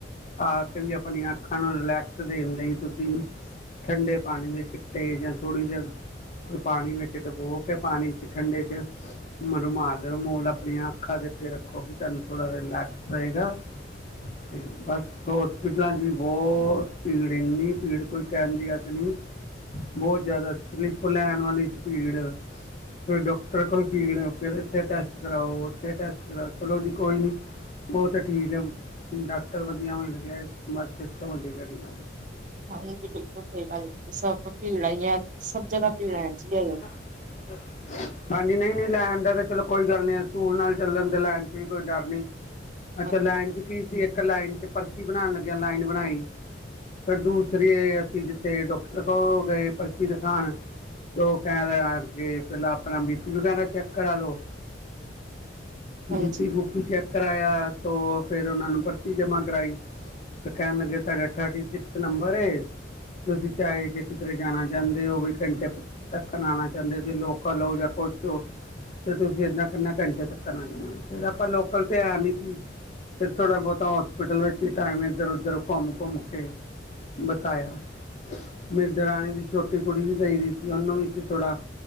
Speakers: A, on the left; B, on the right.
A: ਆਕੇ ਵੀ ਆਪਣੀਆਂ ਅੱਖਾਂ ਨੂੰ ਰਿਲੈਕਸ ਦੇਣ ਲਈ ਤੁਸੀਂ ਠੰਡੇ ਪਾਣੀ ਦੇ ਛਿਟੇ ਜਾਂ ਥੋੜ੍ਹੀ ਦੇਰ ਕੋਈ ਪਾਣੀ ਵਿੱਚ ਡਬੋ ਕੇ ਪਾਣੀ ਚ' ਠੰਡੇ ਚ' ਮਨੂੰ ਰੂਮਾਲ- ਰਮੂਲ ਆਪਣੀਆਂ ਅੱਖਾਂ ਦੇ ਅੱਗੇ ਰੱਖੋ ਕਿ ਤੁਹਾਨੂੰ ਥੋੜਾ ਰਿਲੈਕਸ ਰਏਗਾ। ਤੇ ਬਸ। ਹੋਸਪਿਟਲਾਂ ਚ' ਵੀ ਬਹੁਤ ਭੀੜ ਇੰਨੀ ਭੀੜ ਕੋਈ ਕਹਿਣ ਦੀ ਹੱਦ ਨੀ। ਬਹੁਤ ਜ਼ਿਆਦਾ, ਸਲੀਪ ਲੈਣ ਵਾਲੀ ਚ' ਪੀੜ। ਫਿਰ ਡੋਕਟਰ ਕੋਲ ਪੀੜ ਫਿਰ ਇੱਥੇ ਟੈਸਟ ਕਰਾਓ, ਓਥੇ ਟੈਸਟ ਕਰਾਓ, ਚਲੋ ਜੀ ਕੋਈ ਨੀ। ਉਹ ਤੇ ਠੀਕ ਹੈ। ਡਾਕਟਰ ਵਧੀਆ ਹੋਣਾ ਚਾਹੀਦਾ ਬਸ ਤੇ ਰੋਣ ਦੀ ਕੇੜੀ ਗੱਲ।
B: ਹਾਂਜੀ, ਬਿਲਕੁਲ ਸਹੀ ਗੱਲ ਹੈ। ਸਭ ਭੀੜ ਹੀ ਹੈ। ਸਭ ਜਗ੍ਹਾ ਭੀੜ ਹੈ ਜੀ।
A: <inaudible> ਹਾਂਜੀ, ਨਈ- ਨਈ ਲੈਣ ਦਾ ਤਾਂ ਚਲੋ ਕੋਈ ਗੱਲ ਅਸੂਲ ਨਾਲ ਚੱਲਣ ਤੇ ਲੈਣ ਚ' ਵੀ ਕੋਈ ਡਰ ਨੀ।
B: <inaudible>
A: ਅੱਛਾ, ਲਾਈਨ ਚ' ਕੀ ਸੀ ਇੱਕ ਲਾਈਨ ਚ' ਪਰਚੀ ਬਣਾਣ ਲੱਗਿਆ ਲਾਈਨ ਬਣਾਈ। ਫਿਰ ਦੂਸਰੀ ਅਸੀਂ ਜਿੱਥੇ ਡੋਕਟਰ ਕੋਲ ਗਏ ਪਰਚੀ ਦਿਖਾਣ। ਤ ਉਹ ਕਹਿਣ ਲੱਗ ਗਏ ਪਹਿਲਾਂ ਆਪਣਾ ਬੀ ਪੀ ਵਗੈਰਾ ਚੈੱਕ ਕਰਾ ਲੋ।
B: ਹਾਂਜੀ
A: ਬੀ ਪੀ ਬੂਪੀ ਚੈੱਕ ਕਰਾਇਆ, ਤੋਂ ਫੇਰ ਉਹਨਾ ਨੂੰ ਪਰਚੀ ਜਮਾ ਕਰਾਈ। ਤੇ ਕਹਿਣ ਲੱਗੇ ਤੁਹਾਡਾ ਥਰਟੀ ਸਿਕਸ ਨੰਬਰ ਏ। ਤੁਸੀਂ ਚਾਹੇ ਜੇ ਕਿਧਰੇ ਜਾਣਾ ਚਾਹੁੰਦੇ ਹੋ ਵੀ ਘੰਟੇ ਧੱਕਣ ਆਉਣਾ ਚਾਹੁੰਦੇ ਜੇ ਲੋਕਲ ਹੋ, ਜਾਂ ਕੁਛ ਹੋ। ਤੇ ਤੁਸੀਂ ਏਦਾਂ ਕਰਨਾ ਘੰਟੇ ਤੱਕ ਆ ਜਾਣਾ। ਫੇਰ ਆਪਾਂ ਲੋਕਲ ਤੇ ਹੈ ਨੀ ਸੀ। ਫਿਰ ਥੋੜ੍ਹਾ- ਬਹੁਤਾ ਹੋਸਪਿਟਲ ਵਿੱਚ ਵੀ ਟਾਈਮ ਇੱਧਰ- ਉੱਧਰ ਘੁੰਮ- ਘੁੰਮ ਕੇ ਬਤਾਇਆ। ਮੇਰੀ ਦਰਾਣੀ ਦੀ ਛੋਟੀ ਕੁੜੀ ਵੀ ਗਈ ਸੀ। ਉਹਨੂੰ ਵੀ ਇੱਥੇ ਥੋੜਾ,